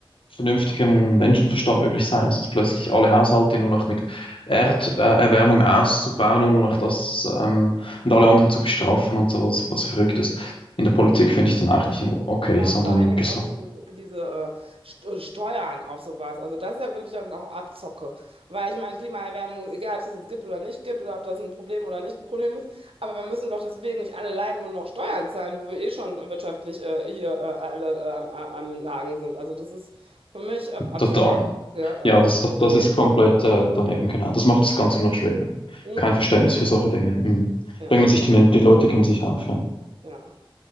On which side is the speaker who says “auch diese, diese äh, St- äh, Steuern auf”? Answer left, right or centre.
Right